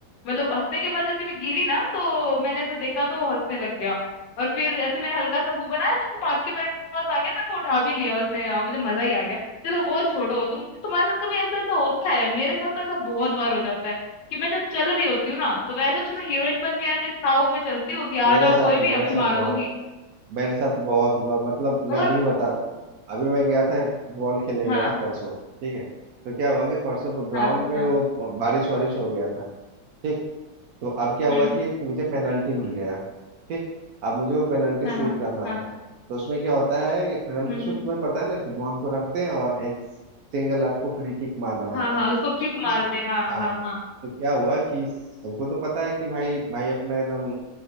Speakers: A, on the left; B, on the right.
A: मतलब हंसने के बाद जैसे मैं गिरी ना तो मैंने ऐसे देखा तो वो हंसने लग गया और फिर ऐसे मैंने हल्का सा मुंह बनाया तो भाग के मेरे पास आ गया मेरे को उठा भी लिया उसने अ, मुझे मजा ही आ गया चलो वो छोड़ो तुम तुम्हारे साथ कभी ऐसा ऐसा होता है मेरे साथ तो ऐसा बहुत बार हो जाता है कि मैं जब चल रही होती हूँ ना तो वैसे तो मैं हीरोइन बन के ऐसे ताव में चलती हूँ कि
B: मेरे
A: आ जाओ
B: साथ
A: कोई भी
B: मेरे
A: अभी
B: साथ
A: मार
B: बहुत
A: दूंगी
B: मेरे साथ बहुत हुआ मतलब
A: और
B: मैं अभी बता रहा हूँ अभी मैं गया था फुटबॉल खेलने
A: हाँ
B: गया था परसों ठीक है तो क्या हुआ कि परसों ग्राउंड
A: हाँ
B: में
A: हाँ
B: वो बारिश वारिश हो गया था ठीक तो अब क्या हुआ
A: हम्म
B: कि एक मुझे पेनल्टी मिल गया ठीक अब मुझे वो पेनल्टी
A: हाँ
B: शूट
A: हाँ
B: करना
A: हाँ
B: था तो उसमें क्या होता है पेनल्टी
A: हम्म
B: शूट
A: हम्म।
B: तुम्हें पता है ना कि बॉल को रखते हैं और एक सिंगल आपको फ्री किक मारना होता
A: हाँ हाँ
B: है
A: उसको किक
B: ठीक
A: मारते
B: है
A: हैं हाँ
B: हाँ
A: हाँ हाँ
B: तो क्या हुआ कि सबको तो पता है कि भाई भाई अपना एकदम